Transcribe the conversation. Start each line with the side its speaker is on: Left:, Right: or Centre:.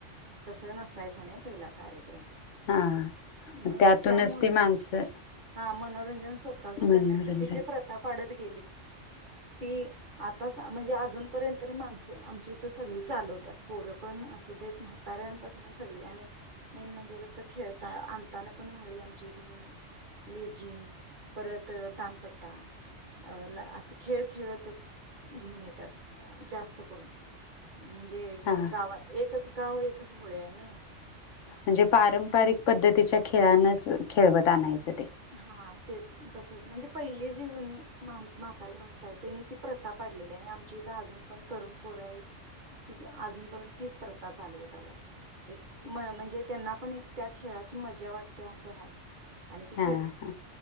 Right: तस नसायचं नाही पहिला कार्यक्रम.
Left: हा.
Right: मग
Left: त्यातूनच
Right: त्यामुळ
Left: ती माणसं
Right: <inaudible> हां मनोरंजन स्वतःचं
Left: मनोरंजन
Right: करण्यासाठी जे प्रत प्रथा पाडत गेली. <inaudible> ती आ म्हणजे अजून पर्यंत तरी माणसं आमची इथं सगळी चालवतात. पोरं पण असू देत, म्हाताऱ्यांपासनं सगळी आणि मेन म्हणजे कसं खेळता. आणताना पण होळी आमची इथंसं लेजीम परत दान पट्टा ला असं खेळ खेळतच घेऊन येतात. जास्त करून. म्हणजे
Left: हा
Right: गाव एकच गाव एकच होळी आहे ना.
Left: म्हणजे पारंपरिक पद्धतीच्या खेळानच, खेळवत आणायचं ते.
Right: हा तेच तसच. म्हणजे पहिली जी जुनी, मा ्हातारी माणसं आहे त्यांनी ती प्रथा पाडलेली. आणि आमची इथं अजून पण तरुण पोर आहेत ती अजूनपर्यंत तीच प्रथा चालवत आल्यात. एक म म्हणजे त्यांना पण एक त्या खेळाची मजा वाटते असं आहे. आणि ति
Left: हा हा.